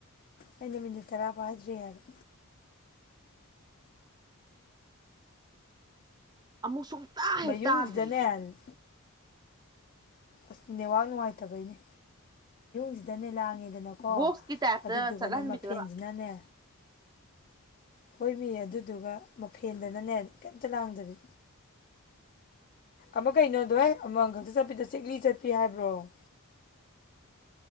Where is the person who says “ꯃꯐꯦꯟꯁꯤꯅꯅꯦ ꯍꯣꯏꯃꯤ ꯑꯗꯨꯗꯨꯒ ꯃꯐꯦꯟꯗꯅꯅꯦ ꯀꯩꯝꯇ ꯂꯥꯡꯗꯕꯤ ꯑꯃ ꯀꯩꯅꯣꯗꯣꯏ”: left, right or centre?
Left